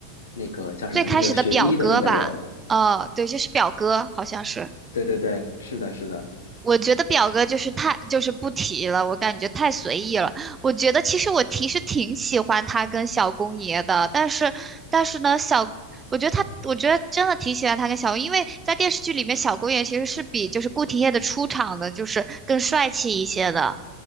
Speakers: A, on the left; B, on the right.
A: 那个叫什么，
B: 最开始的表哥吧，
A: 那个学医的那个人，
B: 哦，对，就是表哥，好像是。
A: 对对对，是的，是的，
B: 我觉得表哥就是太就是不提了，我感觉太随意了。我觉得其实我其实挺喜欢他跟小公爷的，但是但是呢，小我觉得他我觉得真的挺喜欢他跟小公，因为在电视剧里面，小公爷其实是比就是顾廷烨的出场的就是更帅气一些的。